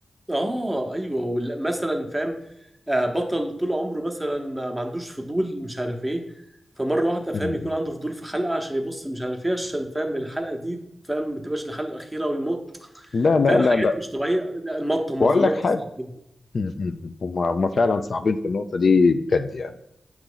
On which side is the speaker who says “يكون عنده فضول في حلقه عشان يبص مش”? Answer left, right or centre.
Centre